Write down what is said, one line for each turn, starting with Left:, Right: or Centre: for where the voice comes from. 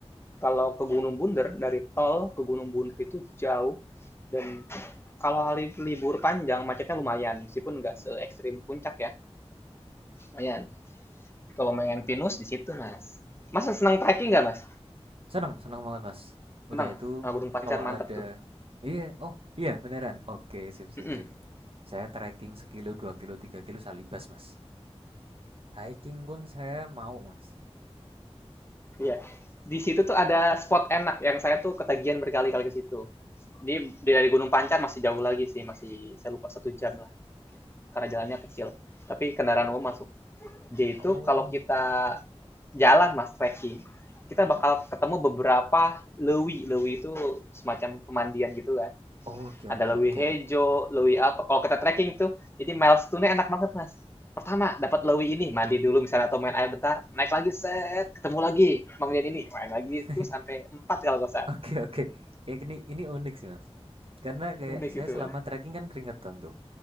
Left: Kalau ke Gunung Bunder, dari tol ke Gunung Bunder itu jauh. Dan kalau hari libur panjang, macetnya lumayan. Meskipun nggak se ekstrim puncak ya, lumayan. Kalau main pinus di situ, Mas. Mas senang trekking nggak, Mas?
Right: Seneng, seneng banget, Mas.
Left: Senang?
Right: Udah itu
Left: Nah, Gunung Pancar
Right: kalau
Left: mantap
Right: ada
Left: tuh.
Right: Iya, oh iya beneran. Oke, sip sip
Left: Mm-mm.
Right: sip. Saya trekking sekilo, dua kilo, tiga kilo salibas, Mas. Hiking pun saya mau, Mas.
Left: Iya. Di situ tuh ada spot enak yang saya tuh ketagihan berkali-kali ke situ. Ini dari Gunung Pancar masih jauh lagi sih, masih saya lupa satu jam lah. Karena jalannya kecil. Tapi kendaraan umum masuk. Jadi
Right: Oh,
Left: itu kalau kita
Right: oke oke.
Left: jalan mas trekking,
Right: Hah?
Left: kita bakal ketemu beberapa lewi. Lewi itu semacam pemandian gitu kan.
Right: Oke
Left: Ada
Right: oke
Left: Lewi
Right: oke.
Left: Hejo, Lewi apa, kalau kita trekking tuh, jadi milestone-nya enak banget, Mas. Pertama, dapat Lewi ini, mandi dulu misalnya atau main air bentar, naik lagi, set, ketemu lagi, bangunin ini, main lagi,
Right: <laughs>
Left: terus sampai 4 kalau nggak salah.
Right: Oke oke. Ya ini ini unik sih mas. Karena kayak
Left: Unik
Right: saya
Left: gitu
Right: selama
Left: kan.
Right: trekking kan keringetan tuh